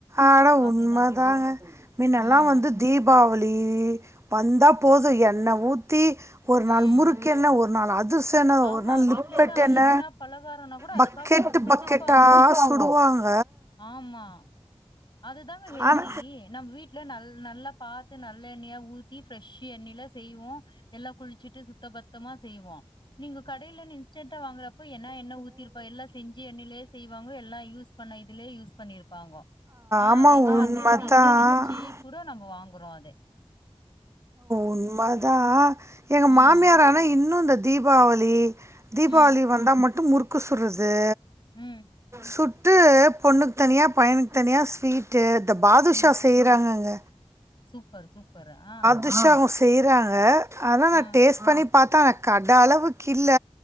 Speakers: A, on the right (about 25°); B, on the left (about 45°).
A: ஆட
B: அப்டிதான்
A: உண்மதாங்க
B: போது.
A: மின்னல்லா
B: ம்.
A: வந்து தீபாவளி வந்தா போதும் என்னை ஊத்தி ஒரு
B: ம்.
A: நாள் முறுக்கென்ன ஒ நாலா அதுஸ் என்ன
B: ஆமா
A: ஒரு நாள்
B: வீட்லயே
A: லிப்பெட்
B: தான்.
A: என்ன
B: பலகாரம்னா கூட
A: பக்கெட்
B: அதுக்காக ஒதுப்பாங்கோ.
A: பக்கெட்டா சுடுவாங்க
B: ஆமா அதுதாங்க ஹெல்தி
A: ஆனா
B: நம்ம வீட்டுல ந நல்லா பாத்து நல்ல எண்ணெயா ஊத்தி ஃப்ரெஷ் எண்ணெயில செய்வோ எல்லாம் குளிச்சுட்டு சுத்த பத்தமா செய்வோ நீங்க கடையில இன்ஸ்டன்ட வாங்குற இப்ப என்னா என்ன ஊத்திருப்பா எல்லா செஞ்சு எண்ணெயிலயே செய்வாங்க எல்லா யூஸ் பண்ண இதுலயே யூஸ் பண்ணிருப்பாங்கோ ஆ
A: ஆமா
B: அது வந்து
A: உண்ம
B: அன்ஹெல்டி
A: தா
B: தெரிஞ்சு கூட நம்ம வாங்றோ அத
A: உண்ம தா எங்க
B: ம்
A: மாமியாரு ஆனா இன்னும் இந்த தீபாவளி தீபாவளி
B: ம்
A: வந்தா மட்டும் முறுக்கு சுட்ற்றது
B: ம்
A: சுட்டு பொண்ணுக்கு தனியா பையனுக்கு தனியா ஸ்வீட்டு இந்த பாதுஷா
B: ம்
A: செய்றாங்கங்க
B: சூப்பர் சூப்பர் ஆ
A: ஃப்ராஷ்வு செய்றாங்க ஆனா
B: ஆ
A: நா டேஸ்ட் பண்ணி பாத்தா கட அளவுக் இல்ல